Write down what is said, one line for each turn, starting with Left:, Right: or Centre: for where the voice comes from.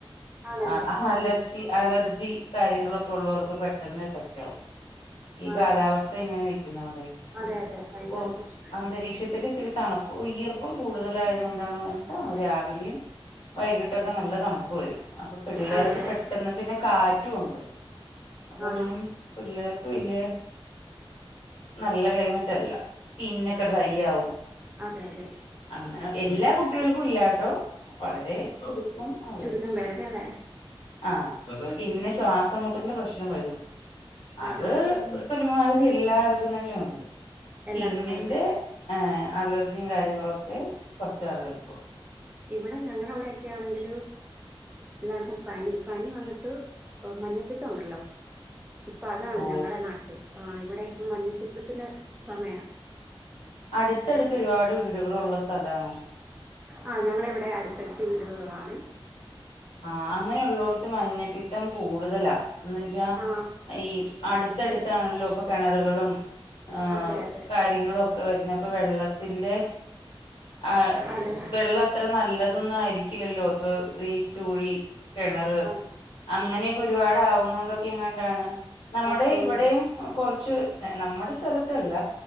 Right: ആണല്ലേ
Left: അ അലർജി അലർ ജി കാര്യങ്ങളൊക്കെ ഉള്ളോർക്ക് പെട്ടെന്ന് എഫെക്ട് ആവും ഈ
Right: ആണോ
Left: കാലാവസ്ഥ ഇങ്ങനെ നിക്കുന്ന ഹ് കൊണ്ടാവും
Right: അതെ അതെ ഭയങ്കര
Left: പ്പൊ
Right: പ്രശ്നായി
Left: അന്തരീക്ഷ ഒരുഇച്ചിരി തണപ്പ് ഈർപ്പം കൂടുതലായത് കൊണ്ടാണോ എന്താവോ രാവിലിം വൈകിട്ടൊക്കെ നല്ല തണുപ്പ് വരും അപ്പൊ പിള്ളേർക്ക്
Right: ആണല്ലേ
Left: പെട്ടെന്ന് പിന്നെ കാറ്റും ഉണ്ട് അപ്പൊ
Right: ആണോ
Left: അങ്ങനും പിള്ളേർക്ക് വല്ല്യ നല്ല ക്ലൈമറ്റ് അല്ല സ്കിന്നൊക്കെ
Right: ആഹ്
Left: ഡ്രൈയാവും
Right: അതെ അതെ
Left: അങ്ങനെ എല്ലാ കുട്ടികൾക്കും ഇല്ലാട്ടോ വളരെ ചുരുക്കം ആളുകൾക്ക്
Right: ചുരുക്കം പേർക്കല്ലേ
Left: ആഹ് പിന്നെ ശ്വാസം മുട്ടിന്റെ പ്രശ്നം വരും അത്
Right: ആണോ
Left: ഒരുമാതിരി എല്ലാർ ക്കും തന്നെയുണ്ട് സ്കിന്നിന്റെ
Right: എല്ലാർക്കും വരുന്നേ
Left: ഏഹ് അലർജിം കാര്യങ്ങളൊക്കെ കൊർച്ചാളുകൾക്ക്
Right: ഇവടെ ഞങ്ങടെവടൊക്കെണെങ്കില് എല്ലാർക്കും പനി പനി വന്ന്ട്ട് മഞ്ഞപ്പിത്തണ്ടല്ലോ ഇപ്പതാണ്
Left: ഓ
Right: ഞങ്ങടെ നാട്ടില് ആഹ് ഇവടെപ്പം മഞ്ഞിപ്പിത്തത്തിന്റെ സമയാ
Left: അട്ത്തട്ത്ത് ഒരുപാട് വീടുകളുള്ള സ്ഥലാണോ?
Right: ആഹ് ഞങ്ങളെ വടെ അട്ത്തട്ത്ത് വീടുകള് ള്ളാണ്.
Left: ആ അങ്ങനെ ള്ളോട്ത്ത് മഞ്ഞപ്പിത്തം കൂടുതലാ എന്ന് വെച്ചാ
Right: ആ
Left: ഈ അട്ത്തട്ത്താണല്ലോ
Right: ഇപ്
Left: പ്പൊ <unintelligible> ഏഹ്
Right: അതെ അതെ
Left: കാര്യങ്ങളൊക്കെ വരുന്നെ അപ്പോ വെള്ളത്തിന്റെ ആഹ്
Right: അതെ
Left: വെള്ളത്ര നല്ലതൊന്നായിരിക്കില്ലല്ലോ ഇപ്പൊ വേസ് തുഴി കെണറ്
Right: അതെ
Left: അങ്ങനെക്കൊരുപാട്
Right: ആ
Left: ആവുന്നുണ്ടൊക്കെങ്ങാണ്ടാണ് നമ്മടെ
Right: അസുഖം
Left: ഇവടെയും
Right: വരും
Left: കൊറച്ച് നമ്മടെ സ്ഥലത്തല്ല.